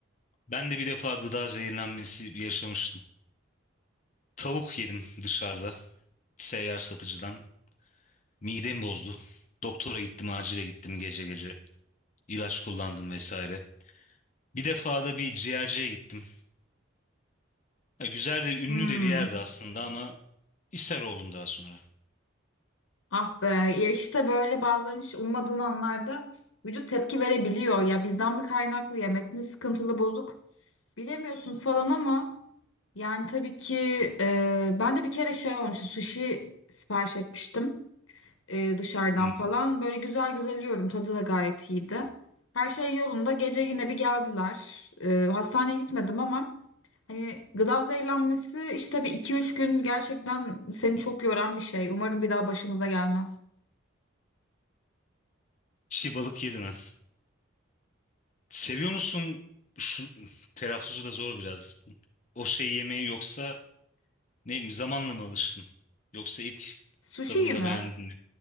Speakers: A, on the left; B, on the left.
A: Ben de bir defa gıda zehirlenmesi yaşamıştım. Tavuk yedim dışarıda seyyar satıcıdan. Midem bozdu. Doktora gittim, acile gittim gece gece. İlaç kullandım vesaire. Bir defa da bir ciğerciye gittim. Ya güzel de ünlü
B: Hmm.
A: de bir yerdi aslında ama ishal oldum daha sonra.
B: Ah be ya işte böyle bazen hiç ummadığın anlarda vücut tepki verebiliyor. Ya bizden mi kaynaklı yemek mi sıkıntılı bozuk bilemiyorsun falan ama yani tabii ki e, ben de bir kere şey olmuştu sushi sipariş etmiştim e, dışarıdan
A: Hmm.
B: falan. Böyle güzel güzel yiyorum tadı da gayet iyiydi. Her şey yolunda gece yine bir geldiler. E, hastaneye gitmedim ama hani gıda zehirlenmesi işte bir iki üç gün gerçekten seni çok yoran bir şey. Umarım bir daha başımıza gelmez.
A: Çiğ balık yedin ha. Seviyor musun şu telaffuzu da zor biraz. O şey yemeği yoksa Değil mi? Zamanla mı alıştın? Yoksa ilk
B: Sushi'yi
A: tadımda
B: mi?
A: beğendin mi?